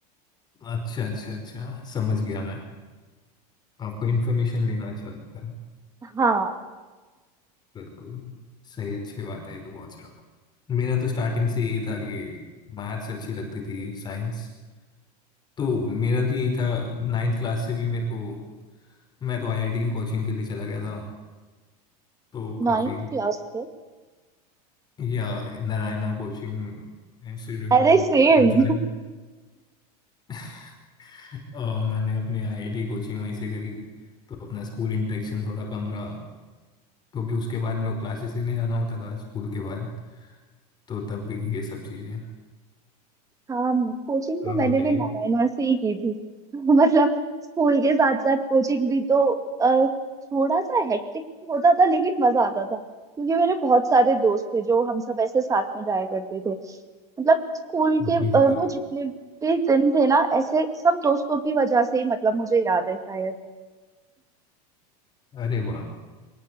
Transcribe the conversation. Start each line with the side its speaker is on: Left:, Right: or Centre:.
Left: अच्छा अच्छा अच्छा समझ गया मैं आपको इन्फॉर्मेशन लेना अच्छा लगता है
Right: हाँ
Left: बिल्कुल सही अच्छी बात है ये तो बहुत अच्छा मेरा तो स्टार्टिंग से यही था कि मैथ्स अच्छी लगती थी साइंस तो मेरा तो यही था नाइन्थ क्लास से भी मेरे को मैं तो आईआईटी की कोचिंग के लिए चला गया था तो काफी
Right: नाइन्थ क्लास से
Left: या नारायणा कोचिंग इंस्टीट्यूट
Right: अरे
Left: में
Right: सेम
Left: ज्वाइन <laughs> और मैंने अपनी आईआईटी कोचिंग वहीं से करी तो अपना स्कूल इंटरेक्शन थोड़ा कम रहा क्योंकि उसके बाद मेरे को क्लासेस लेने जाना होता था स्कूल के बाद तो तभी ये सब चीज़ें
Right: हाँ कोचिंग तो
Left: आप
Right: मैंने
Left: बताइए
Right: भी नारायणा से ही की थी <laughs> मतलब स्कूल के साथ साथ कोचिंग भी तो अ, थोड़ा सा हेक्टिक होता था लेकिन मजा आता था क्योंकि मेरे बहुत सारे दोस्त थे जो हम सब ऐसे साथ में जाया करते थे मतलब स्कूल के अ,
Left: बिल्कुल
Right: वो जितने भी दिन थे ना ऐसे सब दोस्तों की वजह से ही मतलब मुझे याद है शायद
Left: अरे वाह